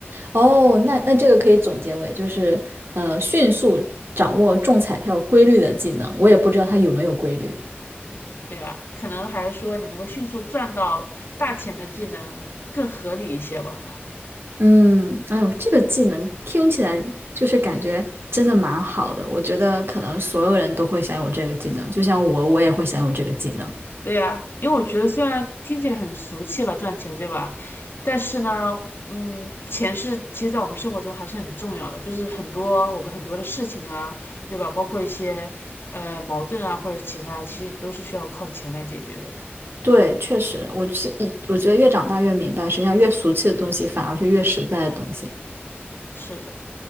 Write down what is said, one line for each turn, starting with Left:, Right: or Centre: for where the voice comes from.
Right: 哦，那那这个可以总结为就是呃，迅速掌握中彩票规律的技能。我也不知道它有没有规律。
Left: 对啊，可能还是说你能够迅速赚到大钱的技能更合理一些吧。
Right: 嗯，哎呦，这个技能听起来就是感觉真的蛮好的。我觉得可能所有人都会享有这个技能，就像我，我也会享有这个技能。
Left: 对呀，因为我觉得虽然听起来很俗气吧，赚钱，对吧？但是呢，嗯，钱是其实在我们生活中还是很重要的，就是很多我们很多的事情啊，对吧？包括一些呃矛盾啊或者其他，其实你都是需要靠钱来解决的。
Right: 对，确实，我是一，我觉得越长大越明白，实际上越俗气的东西反而是越实在的东西。
Left: 是的。